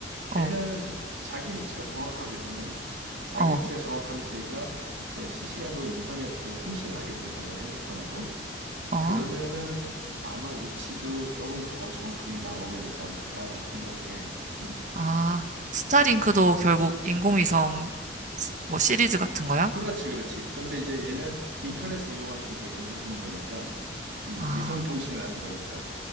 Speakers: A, on the right (about 85°); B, on the right (about 45°).
A: 걔는
B: 어,
A: 자기 위치가 정확하거든. 자기
B: 어,
A: 위치가 정확하면서 얘가 그 실시간으로 인터넷 그 통신을 하게 된단 말이야, 핸드폰하고.
B: 어,
A: 그러면은 아마 위치도 조금 더 정확하게 나오게 되지 않을까라고 생각을 해. 음.
B: 아, 스타링크도 결국 인공위성 스- 뭐 시리즈 같은 거야?
A: 그렇지, 그렇지. 그런데 이제 얘는 인터넷을 이용할 수 있게끔 해주는 거니까, 음,
B: 아,
A: 위성 통신을 하는 거니까.